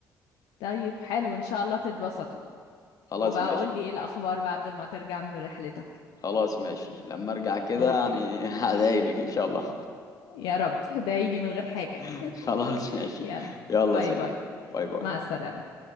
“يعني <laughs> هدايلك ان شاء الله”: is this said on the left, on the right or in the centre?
Left